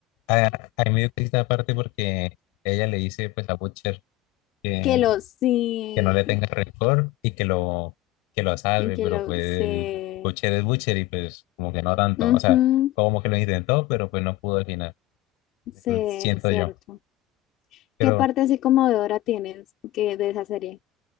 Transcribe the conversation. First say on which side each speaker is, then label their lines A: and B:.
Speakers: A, on the left; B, on the left.
A: Ah, ahí me dio esta aparte porque ella le dice pues a Butcher. que
B: Que los, sí.
A: que no le tenga rencor y que lo, que lo salve,
B: En que
A: pero
B: lo
A: pues
B: se...
A: el Butcher es Butcher y pues como que no tanto,
B: Ujú,
A: o sea, como que lo intentó, pero pues no pudo al final,
B: sí,
A: Pues,
B: es
A: siento
B: cierto.
A: yo. Pero,
B: ¿Qué parte así conmovedora tienes que, de esa serie?